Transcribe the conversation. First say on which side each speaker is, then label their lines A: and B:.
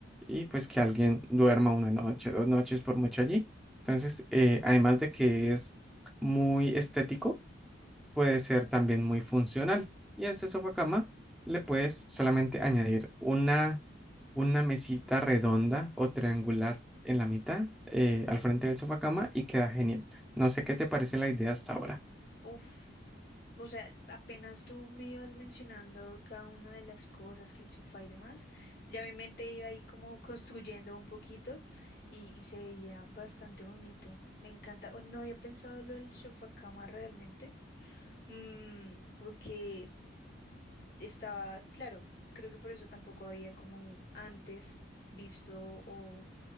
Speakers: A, in the centre; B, on the left (about 55°).
A: y pues que alguien duerma una noche, dos noches por mucho allí. Entonces, eh, además de que es muy estético, puede ser también muy funcional. Y a este sofá cama le puedes solamente añadir una, una mesita redonda o triangular en la mitad, eh, al frente del sofá cama y queda genial. No sé qué te parece la idea hasta ahora.
B: Uf, o sea, apenas tú me ibas mencionando cada una de las cosas, que el sofá y demás, ya mi mente iba ahí como construyendo un poquito y, y se veía bastante bonito. Me encanta. Oh, no había pensado lo del sofá cama realmente, mm, porque estaba, claro, creo que por eso tampoco había como antes visto o